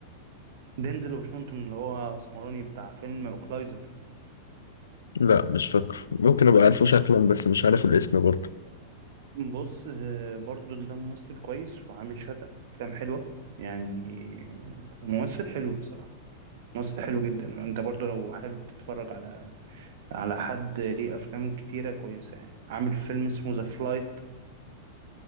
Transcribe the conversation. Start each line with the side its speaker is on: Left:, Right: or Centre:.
Right: دينزل واشنطن اللي هو اسمراني بتاع فيلم اوكلايزر
Left: لا مش فاكر ممكن ابقى عارفه شكلا بس مش عارف الاسم برضه
Right: بص آه، برضو ده ممثل كويس وعامل شوية أفلام حلوة يعني آه، ممثل حلو بصراحة ممثل حلو جدا وانت برضو لو حابب تتفرج على على حد ليه أفلام كتيرة كويسة يعني عامل فيلم اسمه ذا فلايت